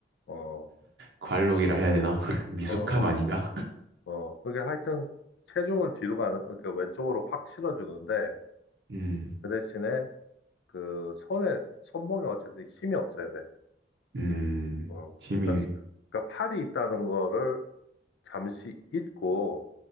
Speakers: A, on the left (about 80°); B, on the right (about 70°).
A: 어,
B: 관록이라 해야 되나? <laughs> 미숙함
A: 어,
B: 아닌가?
A: 어. 그게 하여튼 체중을 뒤로 가는, 그러니까 왼쪽으로 확 실어주는데,
B: 음,
A: 그 대신에 그 손에, 손목에 어쨌든 힘이 없어야 돼.
B: 음,
A: 어.
B: 힘이,
A: 그러니까, 스- 그러니까 팔이 있다는 거를 잠시 잊고,